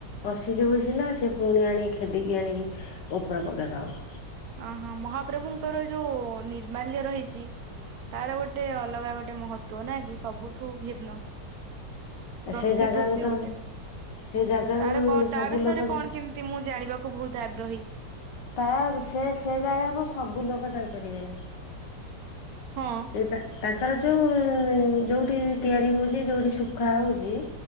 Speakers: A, on the left; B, on the right.
A: ପଶିଯିବୁ ସିନା ସେ ପୁଣି ଆଣିକି କ୍ଷେଦିକି ଆଣିକି ଉପରେ ପକେଇଦବ।
B: ଅଁ ହଁ ମହାପ୍ରଭୁଙ୍କର ଯୋଉ ନିର୍ମାଲ୍ୟ ରହିଛି। ତାର ଗୋଟେ ଅଲଗା ଗୋଟେ ମହତ୍ଵ ନାଇଁ କି ସବୁଠୁ ଭିନ୍ନ ପ୍ରସିଦ୍ଧ
A: ସେ ଜାଗାକୁ
B: ସିଏ
A: ତ
B: ଗୋଟେ।
A: ସେ ଜାଗାକୁ
B: ତାର କଣ
A: ସବୁ
B: ତା ବିଷୟରେ
A: ଲୋକ ଯା
B: କଣ କେମିତି ମୁଁ ଜାଣିବାକୁ ବହୁତ ଆଗ୍ରହି।
A: ତାର ସେ ସେ ଜାଗାକୁ ସବୁ ଲୋକ ଯାଇପାରିବେନି।
B: ହଁ।
A: ସେ ତାଙ୍କର ଯୋଉ ଯୋଉଠି ତିଆରି ହଉଛି ଯୋଉଠି ସୁଖା ହଉଛି।